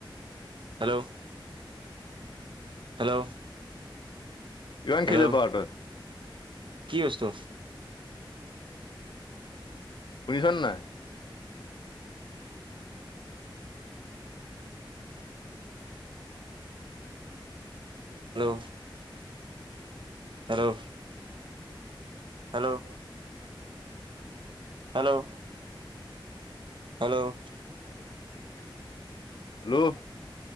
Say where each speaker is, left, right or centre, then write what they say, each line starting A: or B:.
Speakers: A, on the right; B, on the left.
A: hello hello
B: কিমান
A: হেল্ল'
B: খেলিব পাৰ তই
A: কি বস্তু
B: শুনিছ নাই।
A: Hello hello hello hello hello
B: <inaudible> hello